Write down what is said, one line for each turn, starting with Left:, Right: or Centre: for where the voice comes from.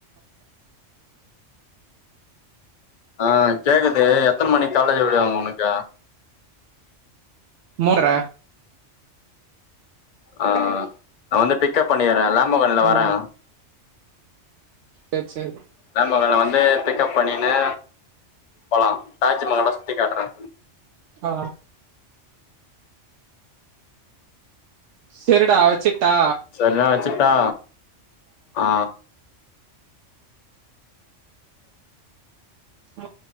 Left: ஆ கேக்குது எத்தன மணிக்கு காலேஜ் விடுவாங்க உனக்கு
Right: மூன்டற
Left: ஆ நா வந்து பிக்கப் பண்ணிக்கிற லாம்பகண்ல
Right: ம்
Left: வரே
Right: சேர் சேர்
Left: லாம்பகன்ல வந்து பிக்கப் பண்ணிகின்னு போலா தாஜ்மஹாலா சுத்தி காட்டுறே
Right: ஆ செரிடா வச்சுர்ட்டா
Left: செரிடா வச்சுட்டா ஆ
Right: ம்